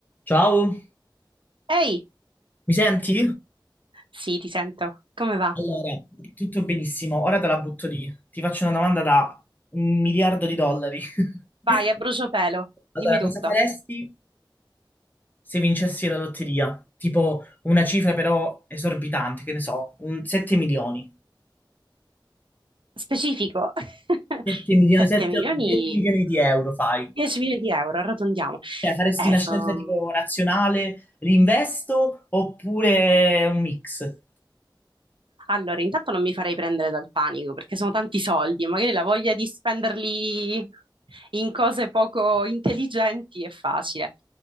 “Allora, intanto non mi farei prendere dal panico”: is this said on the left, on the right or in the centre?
Right